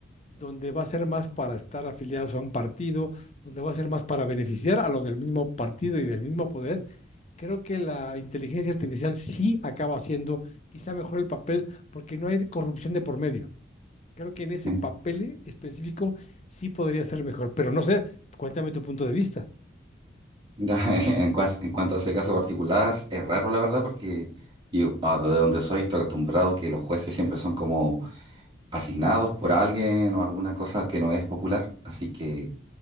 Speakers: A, on the left (about 35°); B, on the right (about 25°).
A: donde va a ser más para estar afiliados a un partido, donde va a ser más para beneficiar a los del mismo partido y del mismo poder, creo que la inteligencia artificial sí acaba haciendo quizá mejor el papel porque no hay corrupción de por medio. Creo que en ese
B: En-
A: papel específico sí podría ser mejor, pero no sé, cuéntame tu punto de vista.
B: Mira, <laughs> en, cuas- en cuanto a ese caso particular, es raro la verdad porque yo, ah, de donde soy estoy acostumbrado que los jueces siempre son como asignados por alguien o alguna cosa que no es popular, así que,